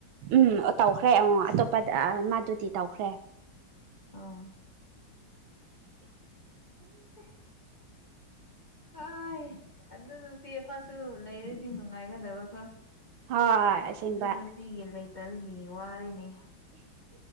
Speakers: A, on the right; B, on the left.
A: ꯎꯝ ꯑ ꯇꯧꯈ꯭ꯔꯦ ꯉꯣ ꯑꯇꯣꯞꯄ ꯑ ꯃꯥꯗꯨꯗꯤ ꯇꯧꯈ꯭ꯔꯦ
B: ꯑ <unintelligible> ꯑꯣꯏ ꯑꯗꯨ ꯅꯨꯄꯤ ꯑꯃꯥꯁꯨ ꯂꯩꯔꯗꯤ ꯅꯨꯡꯉꯥꯏꯒꯗꯕꯀꯣ
A: ꯍꯣꯏ ꯑꯁꯦꯡꯕ
B: ꯑꯗꯨ ꯅꯨꯄꯤꯒꯤ ꯂꯩꯇꯕꯒꯤ ꯋꯥꯔꯦꯅꯦ